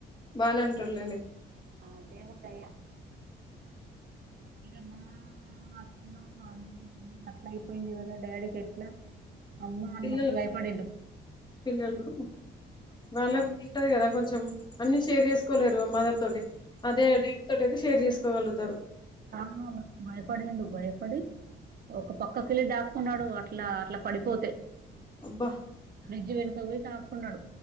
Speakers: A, on the left; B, on the right.
A: బానే ఉంటారులే
B: ఆ దేవుడి దయ ఇగ మా చిన్న మా అట్లా అయిపోయింది కదా డాడీకి ఎట్లా అమ్మో అని
A: పిల్లలు
B: మస్తు భయపడిండు
A: పిల్లలు వాళ్ళకింటది
B: ఆ,
A: కదా కొంచెం అన్ని షేర్ చేసుకోలేరు మదర్ తోటి అదే డాడీ తోటి అయితే షేర్ చేసుకోగలుగుతారు
B: ఆ బయపడిండు బయపడి ఒక పక్కకెళ్ళి దాక్కున్నాడు అట్లా అట్లా పడిపోతే
A: అబ్బా
B: ఫ్రిడ్జ్ వెనుక పోయి దాకున్నాడు